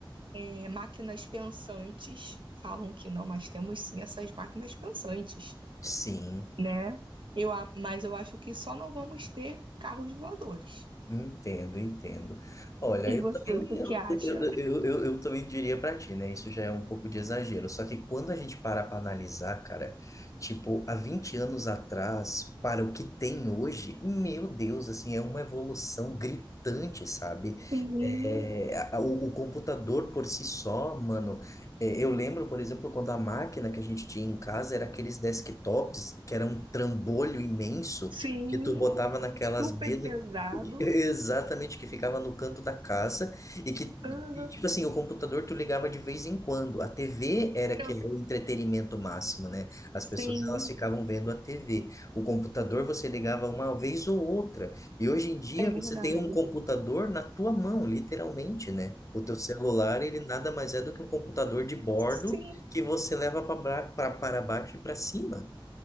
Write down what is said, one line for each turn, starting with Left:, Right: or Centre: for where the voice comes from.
Right: É, máquinas pensantes, falam que não, mas temos sim essas máquinas pensantes,
Left: Sim.
Right: né? Eu, a- mas eu acho que só não vamos ter carros voadores.
Left: Entendo, entendo. Olha,
Right: E
Left: eu
Right: você,
Left: também,
Right: o que
Left: eu,
Right: que acha?
Left: eu, eu, eu- eu também diria pra ti, né? Isso já é um pouco de exagero. Só que quando a gente para pra analisar, cara, tipo, há 20 anos atrás, para o que tem hoje, meu Deus, assim, é uma evolução gritante, sabe?
Right: Sim,
Left: É, a- a- o, o computador por si só, mano. é, eu lembro, por exemplo, quando a máquina que a gente tinha em casa era aqueles desktops que era um trambolho imenso
Right: sim,
Left: que tu botava naquelas
Right: super
Left: mesas
Right: pesado.
Left: Exatamente, que ficava no canto da casa e que,
Right: Aham,
Left: e, tipo assim, o computador tu ligava de vez em quando. A TV era que
Right: eu-
Left: era o entretenimento máximo, né? As pessoas
Right: Sim,
Left: elas ficavam vendo a TV. O computador você ligava uma vez ou outra. E hoje em dia
Right: é verdade.
Left: você tem um computador na tua mão, literalmente, né? O teu celular, ele nada mais é do que um computador de bordo
Right: Sim,
Left: que você leva para para baixo e para cima.